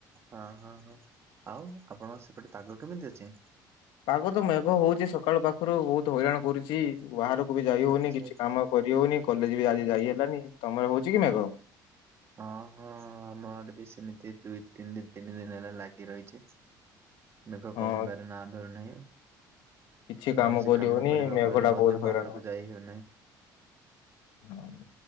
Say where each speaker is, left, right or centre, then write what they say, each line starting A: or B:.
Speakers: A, on the right; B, on the left.
A: ହଁ ହଁ ହଁ ଆଉ ଆପଣ ସେପଟେ ପାଗ କେମିତି ଅଛି?
B: ପାଗ ତ ମେଘ ହଉଚି ସକାଳୁ ପା ପାଖରୁ ବହୁତ ହଇରାଣ କରୁଛି ବାହାରକୁ ବି ଯାଇ ହଉନି
A: ଆଚ୍ଛା
B: କିଛି କାମ କରିହଉନି କଲେଜ ବି
A: ଆଚ୍ଛା
B: ଆଜି ଯାଇ ହେଲାନି। ତମର ହଉଛି କି ମେଘ?
A: ହଁ ହୋ। ହଁ ଆମ ଆଡେ ବି ସେମିତି ଦୁଇ ତିନି ଦିନ ତିନି ଦିନ ହେଲା ଲାଗି ରହିଛି। ମେଘ
B: ହଁ
A: କମିବାର ନା ଧରୁ ନାହିଁ।
B: କିଛି
A: କୌଣସି
B: କରି
A: କାମ
B: ହଉନି
A: କରିବାକୁ
B: ମେଘ
A: ହେଲେ
B: ଟା
A: ମଧ୍ୟ
B: ବହୁତ
A: ବାହାରକୁ
B: ହଇରାଣ
A: ଯାଇ ହେଉନାହିଁ।
B: ହଉ।